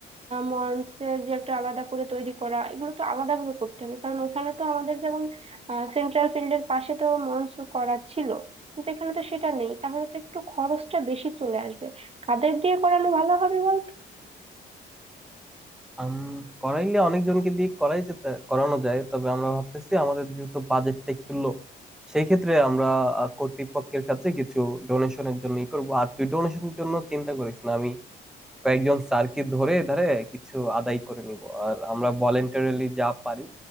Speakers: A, on the right (about 30°); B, in the centre.
A: মঞ্চের যে একটা আলাদা করে তৈরি করা এগুলো তো আলাদা ভাবে করতে হবে কারণ ওখানে তো আমাদের যেমন সেন্ট্রাল ফিল্ডের পাশে তো মঞ্চ করা ছিল কিন্তু এখানে তো সেটা নেই তাহলে তো একটু খরচটা বেশি চলে আসবে কাদের দিয়ে করানো ভালো হবে বলতো
B: আম, করাইলে অনেকজনকে দিয়ে করাই যেতে করানো যায় তবে আমরা ভাবতেছি আমাদের যেহেতু বাজেটটা একটু লো সেই ক্ষেত্রে আমরা আহ, কর্তৃপক্ষের কাছে কিছু ডোনেশনের জন্য ই করবো আর তুই ডোনেশনের জন্য চিন্তা করিস না আমি কয়েকজন স্যারকে ধরে ধরে কিছু আদায় করে নিব আর আমরা ভলেন্টারিলি যা পারি